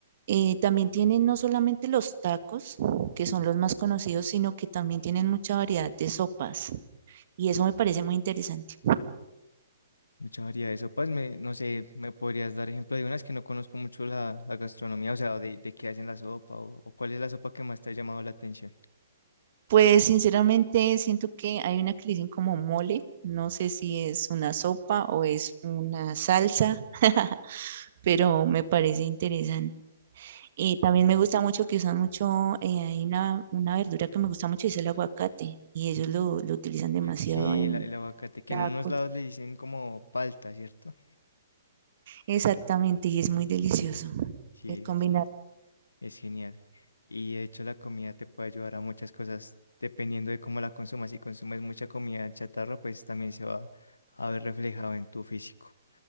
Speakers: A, on the right; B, on the left.
A: eh, también tienen no solamente los tacos, que son los más conocidos, sino que también tienen mucha variedad de sopas. Y eso me parece muy interesante.
B: Mucha variedad de sopas, me, no sé, ¿me podrías dar ejemplo de unas que no conozco mucho la, la gastronomía? O sea, de, de qué hacen la sopa o, o cuál es la sopa que más te ha llamado la atención.
A: Pues sinceramente siento que hay una que le dicen como mole, no sé si es una sopa o es una salsa, <laughs> pero me parece interesante. Y también me gusta mucho que usan mucho, eh, hay una, una verdura que me gusta mucho, es el aguacate, y ellos lo, lo utilizan demasiado
B: Sí,
A: en
B: el, a- el aguacate, que
A: tacos.
B: en unos lados le dicen como palta, ¿cierto?
A: Exactamente, y es muy delicioso
B: Sí,
A: eh, combinar,
B: es, eh, es genial. Y de hecho la comida te puede ayudar a muchas cosas dependiendo de cómo la consumas. Si consumes mucha comida chatarra, pues también se va a ver reflejado en tu físico.